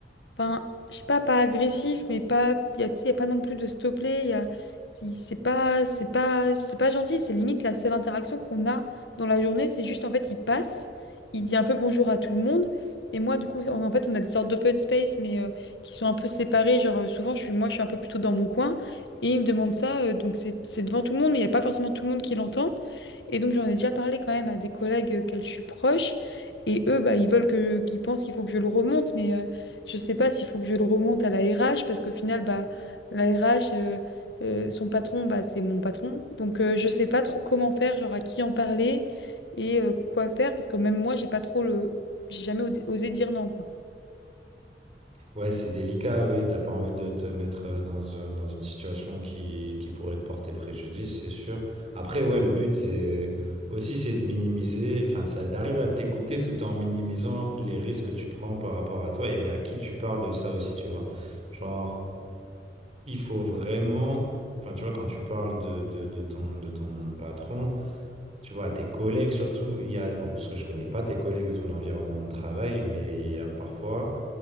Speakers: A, on the left (about 80°); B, on the right (about 35°).
A: Enfin, je sais pas, pas agressif, mais pas, il y a, tu sais, y a pas non plus de stopper. Y a, si- c'est pas, c'est pas, c'est pas gentil. C'est limite la seule interaction qu'on a dans la journée. C'est juste, en fait, il passe, il dit un peu bonjour à tout le monde. Et moi, du coup, en en fait, on a des sortes d'open space, mais euh, qui sont un peu séparés. Genre, euh, souvent, je suis, moi, je suis un peu plutôt dans mon coin. Et il me demande ça, euh, donc c'est c'est devant tout le monde, mais il n'y a pas forcément tout le monde qui l'entend. Et donc, j'en ai déjà parlé quand même à des collègues euh, auxquels je suis proche. Et eux, bah, ils veulent que, ils pensent qu'il faut que je le remonte, mais. euh, je sais pas s'il faut que je le remonte à la RH parce qu'au final, bah, la RH, euh, euh, son patron, bah, c'est mon patron. Donc euh, je sais pas trop comment faire, genre à qui en parler et euh, quoi faire parce que même moi, j'ai pas trop le, j'ai jamais osé osé dire non quoi.
B: Ouais, c'est délicat, oui. T'as pas envie de te mettre euh, dans, un- dans une situation qui, qui pourrait te porter préjudice, c'est sûr. Après, ouais, le but, c'est aussi, c'est de minimiser, enfin, c'est d'arriver à t'écouter tout en minimisant les risques que tu prends par rapport à toi et à qui tu parles de ça aussi, tu vois. Genre, il faut vraiment, enfin, tu vois, quand tu parles de, de, de ton, de ton patron, tu vois, à tes collègues surtout, il y a, bon, parce que je connais pas tes collègues de ton environnement de travail, mais il y a parfois